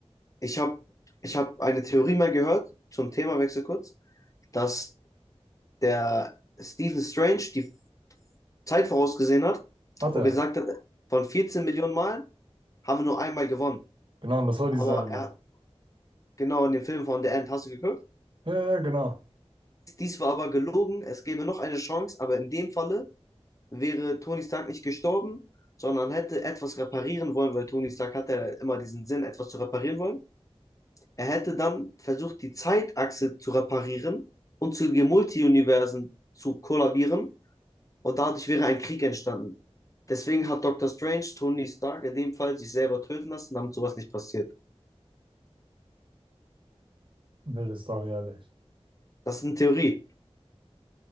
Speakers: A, on the left; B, on the right.
A: Ich habe ich hab eine Theorie mal gehört, zum Themawechsel kurz, dass der Stephen Strange die Zeit vorausgesehen hat
B: Hat
A: und
B: er.
A: gesagt hat, von 14 Millionen Malen haben wir nur einmal gewonnen.
B: Genau, und das war diese
A: Aber
B: eine Mal.
A: er hat genau in dem Film von The End, hast du geguckt?
B: Ja, ja, genau.
A: Dies war aber gelogen, es gäbe noch eine Chance, aber in dem Falle wäre Tony Stark nicht gestorben, sondern hätte etwas reparieren wollen, weil Tony Stark hatte ja immer diesen Sinn, etwas zu reparieren wollen. Er hätte dann versucht, die Zeitachse zu reparieren und zu den Multiuniversen zu kollabieren und dadurch wäre ein Krieg entstanden. Deswegen hat Doctor Strange Tony Stark in dem Fall sich selber töten lassen, damit sowas nicht passiert.
B: Wilde Story, ehrlich.
A: Das ist eine Theorie.